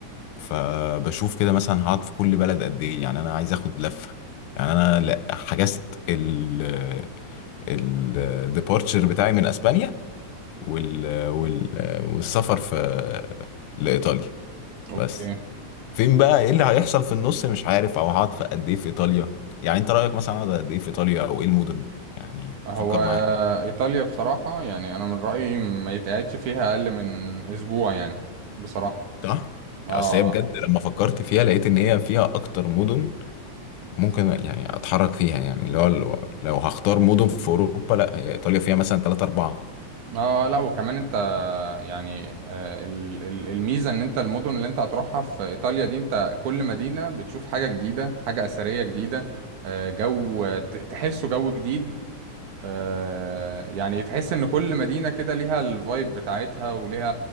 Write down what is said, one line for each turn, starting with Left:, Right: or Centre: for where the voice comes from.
Left: فبشوف كده مثلا هقعد في كل بلد قد ايه يعني انا عايز اخد لفة يعني انا لا حجزت ال الديبارتشر بتاعي من اسبانيا وال... وال... والسفر في لايطاليا
Right: اوكي
Left: بس فين بقى ايه اللي هيحصل في النص مش عارف او هقعد في قد ايه في ايطاليا يعني انت رايك مثلا اقعد قد ايه في ايطاليا او ايه المدن يعني
Right: هو
Left: فكر معايا
Right: ايطاليا بصراحة يعني انا من رأيي ما يتقعدش فيها اقل من اسبوع يعني بصراحة
Left: صح
Right: اه
Left: اصل هي بجد
Right: اه
Left: لما فكرت فيها لقيت ان هي فيها اكتر مدن ممكن يعني اتحرك فيها يعني اللي هو لو لو هختار مدن في اوروبا لا هي ايطاليا فيها مثلا 3 4
Right: اه، لا وكمان انت يعني آه ال- ال- الميزة ان انت المدن اللي انت هتروحها في ايطاليا دي انت كل مدينة بتشوف حاجة جديدة حاجة اثرية جديدة آه جو ت- تحسه جو جديد آه، يعني تحس ان كل مدينة كده ليها الفايب بتاعتها وليها